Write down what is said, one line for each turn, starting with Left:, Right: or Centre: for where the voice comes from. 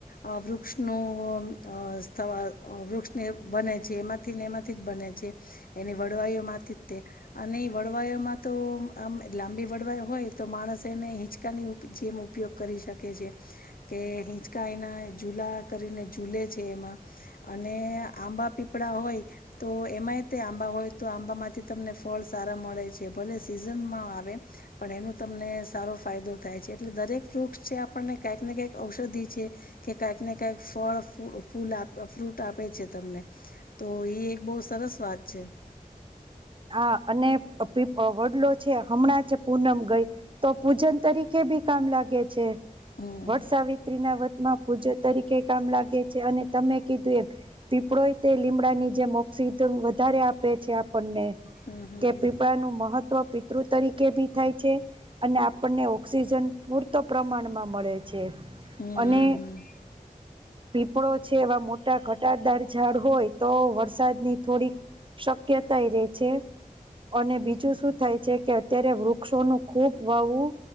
Left: અ વૃક્ષનો અ તાવા વૃક્ષને બને છે, એમાંથી ને એમાંથી જ બને છે, એની વળવાઈઓમાંથી જ તે અને એ વળવાયોમાં તો આમ લાંબી વળવાયો હોય તો માણસ એને હિંચકાની જેમ ઉપયોગ કરી શકે છે, કે હિંચકા એના ઝૂલા કરીને ઝૂલે છે. અને આંબા પીપળા હોય તો એમાંય તે આંબા હોય તો આંબા માંથી ત ને ફળ સારા મળે છે, ભલે સીઝનમાં આવે પણ એનો તમને સારો ફાયદો થાય છે, એટલે દરેક વૃક્ષ છે, આપણને કાઈકને કાઈક ઔષધિ છે, કે કાઈક ને કાઈક ફળ ફૂલ આ ફ્રૂટ આપે છે, તમને તો એ એક બો સરસ વાત છે. <inaudible>
Right: હા અને અ પી વડલો છે, હમણાં જ પૂનમ ગઈ તો પૂજન તરીકે ભી કામ લાગે છે,
Left: હમ
Right: વડ સાાવિત્રી ના વ માં પૂજ તરીકે કામ લાગે છે, અને તમે કીધું એમ પીપળોય તે લીમડાની જે ઓ <unintelligible> વધારે આપે છે. આપને
Left: હમ હમ
Right: કે પીપળા નું મહત્વ પિતૃ તરીકે ભી થાય છે. અને આપણને ઓક્સિજન પૂરતો પ્રમાણમાં મળે છે
Left: હમ
Right: અને પીપળો છે, એવા મોટા ઘટાદાર ઝાડ હોય તો વરસાદની થોડીક શક્યતાય રે છે, અને બીજું શું થાય છે કે અત્યારે વૃક્ષોનું ખૂબ વાવવું